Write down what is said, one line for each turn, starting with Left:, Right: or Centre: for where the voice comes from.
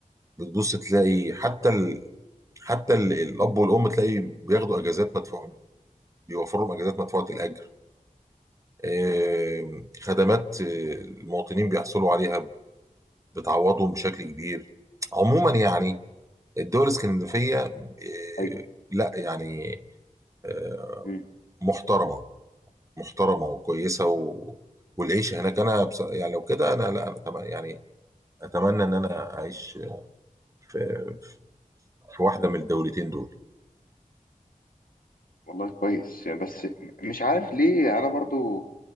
Right: بتبص تلاقي حتى
Left: م.
Right: ال... حتى ال... الأب والأم تلاقي بياخدوا أجازات مدفوعة بيوفروا لهم أجازات مدفوعة الأجر آه، خدمات آه، المواطنين بيحصلوا عليها بتعوضهم بشكل كبير عموما يعني الدول الاسكندنافية آه،
Left: ايوه
Right: لا يعني آه،
Left: م.
Right: محترمة محترمة وكويسة و... والعيش هناك أنا بص... يعني لو كده أنا لا أنا أتم... يعني أتمنى إن أنا أعيش في... في واحدة من الدولتين دول
Left: والله كويس بس مش عارف ليه انا برضو